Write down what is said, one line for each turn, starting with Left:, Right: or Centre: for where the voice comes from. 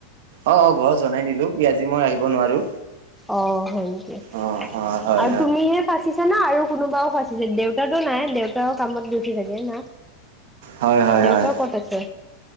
Right: অ', অ', ঘৰত জনাই দিলো কি আজি মই আহিব নোৱাৰো।
Centre: অ', হয় নেকি
Right: অ হয় হয়
Centre: আৰু তুমিহে ফাঁচিছা না আৰু কোনোবাও ফাচিছে দেউতাটো নাই দেউতাও কামত গৈছে ছাগে না,
Right: হয় হয় হয়
Centre: দেউতা
Right: হয়
Centre: ক'ত আছে।